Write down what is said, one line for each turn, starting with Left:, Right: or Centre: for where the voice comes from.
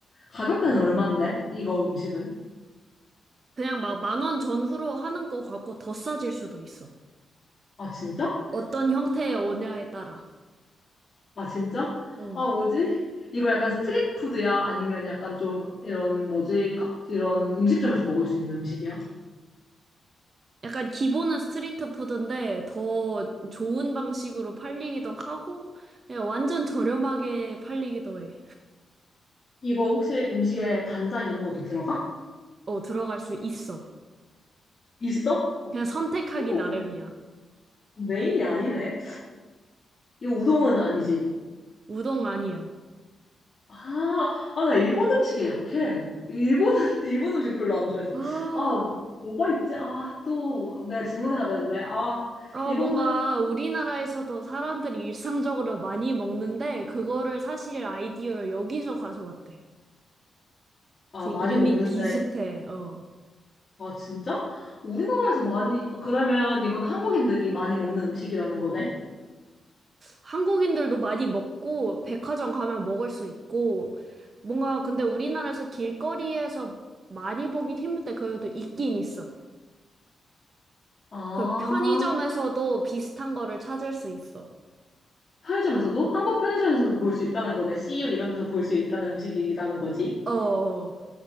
Left: 가격대는 얼만데? 이거 음식은?
Right: 그냥 막 만원 전후로 하는 거 같고 더 싸질 수도 있어.
Left: 아, 진짜?
Right: 어떤
Left: 아,
Right: 형태의 오냐에 따라.
Left: 아, 진짜?
Right: 어.
Left: 아, 뭐지? 이거 약간 스트릿 푸드야? 아니면 약간 좀 이런 뭐지? 가- 이런 음식점에서 먹을 수 있는 음식이야?
Right: 약간 기본은 스트리트 푸드인데 더 좋은 방식으로 팔리기도 하고 그냥 완전 저렴하게 팔리기도 해.
Left: 이거 혹시 음식에 간장 이런 것도 들어가?
Right: 어, 들어갈 수 있어.
Left: 있어? 어,
Right: 그냥 선택하기
Left: 근데
Right: 나름이야.
Left: 메인이 아니네. 이거 우동은 아니지.
Right: 우동 아니야.
Left: 아, 아, 나 일본 음식에 약해. 일본, <laughs> 일본 음식 별로 안 좋아해서.
Right: 아,
Left: 아, 뭐- 뭐가 있지? 아, 또 내가 질문해야 되는데. 아,
Right: 어,
Left: 이거는
Right: 뭔가 우리나라에서도 사람들이 일상적으로 많이 먹는데, 그거를 사실 아이디어를 여기서 가져왔대.
Left: 아,
Right: 그래서
Left: 많이
Right: 이름이
Left: 먹는데,
Right: 비슷해. 어.
Left: 아, 진짜? 우리나라에서 많이, 아, 그러면 이건 한국인들이 많이 먹는 음식이라는 거네?
Right: 한국인들도 많이 먹고, 백화점 가면 먹을 수 있고, 뭔가 근데 우리나라에서 길거리에서 많이 보긴 힘든데, 그래도 있긴 있어.
Left: 아,
Right: 그 편의점에서도 비슷한 거를 찾을 수 있어.
Left: 편의점에서도? 한국 편의점에서도 볼 수 있다는 거네. CU 이런 데서 볼 수 있다는 음식이라는 거지.
Right: 어, 어.